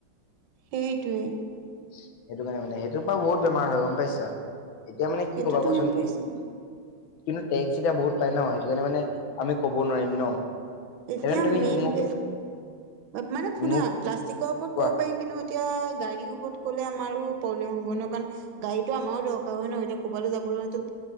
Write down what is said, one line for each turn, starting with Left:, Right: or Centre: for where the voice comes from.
Right: সেইটোৱে,
Left: সেইটো কাৰণে মানে সেইটোক পৰা বহুত বেমাৰ হয় গম পাইছা। এতিয়া মানে
Right: সেইটোতো
Left: কি ক'বা কোৱাচোন
Right: গম পাইছো।
Left: কিন্তু টেক্স এতিয়া বহুত পাই ন সেইটো কাৰণে মানে আমি ক'ব নোৱাৰিম ন
Right: এতিয়া
Left: সেইকাৰণে তুমি
Right: মেইন
Left: মোক
Right: কে মানে, শুনা
Left: মোক
Right: প্লাষ্টিকৰ ওপৰত
Left: কোৱা
Right: ক'ব পাৰিম কিন্তু এতিয়া গাড়ীৰ ওপৰত'লে আমো প্ৰব্লেম হ'ব ন কাৰণ গাড়ীতটো আমাৰো দৰকাৰ হয় ন এতিয়া ক'ৰবালৈ যাবলৈটো